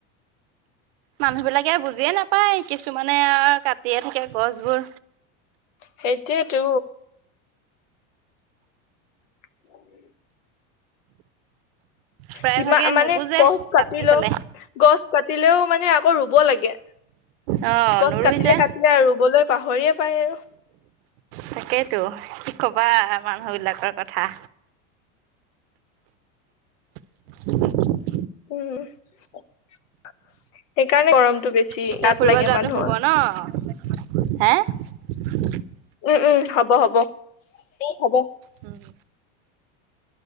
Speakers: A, on the right; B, on the left.
A: মানুহ বিলাকে বুজিয়ে নাপায় কিছুমানে আৰু কাটিয়ে থাকে গছবোৰ
B: সেইটোয়েতো <inaudible>
A: প্ৰায়
B: কিমান
A: ভাগে
B: মানে
A: নুবুজে
B: গছ কাটিলেও
A: কাটি পেলাই
B: গছ পাতিলেও মানে আকৌ ৰুব লাগে।
A: অ
B: গছ
A: নৰুই
B: কাটিলে
A: যে
B: কাটিলে আৰু ৰুবলৈ পাহৰিয়ে। আৰু
A: তাকেইতো কি কবা মানুহ বিলাকৰ কথা। <unintelligible>
B: উম সেইকাৰণে গৰমটো বেছি।
A: পিছে
B: গাত
A: ফুৰিব
B: লাগে
A: যোৱাটো
B: মানুহৰ
A: হব ন? হে <unintelligible>
B: উম উম হ'ব হ'ব উম হ'ব।
A: উম